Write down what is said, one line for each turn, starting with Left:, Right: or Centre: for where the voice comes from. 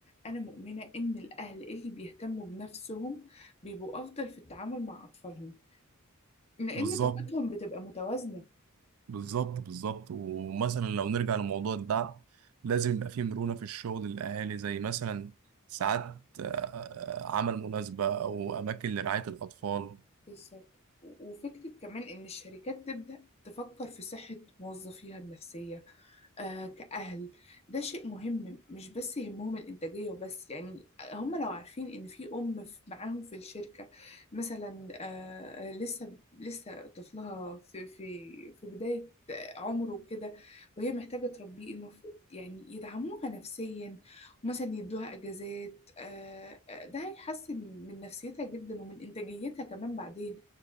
Left: أنا مؤمنة إن الأهل اللي بيهتموا بنفسهم بيبقوا أفضل في التعامل مع أطفالهم لأن
Right: بالظبط
Left: طاقتهم بتبقى متوازنة
Right: بالظبط بالظبط ومثلا لو نرجع لموضوع الدعم لازم يبقى فيه مرونة في الشغل للأهالي زي مثلا ساعات آه، عمل مناسبة أو أماكن لرعاية الأطفال
Left: بالظبط وفكرة كمان إن الشركات تبدأ تفكر في صحة موظفيها النفسية آه، كأهل ده شيء مهم مش بس يهمهم الإنتاجية وبس يعني هم لو عارفين إن في أم في- معاهم في الشركة مثلا آه، لسه لسه طفلها في في في بداية عمره كده وهي محتاجة تربيه المفروض يعني يدعموها نفسيا ومثلا يدوها أجازات آه، آه، ده هيحسن من نفسيتها جدا ومن إنتاجيتها كمان بعدين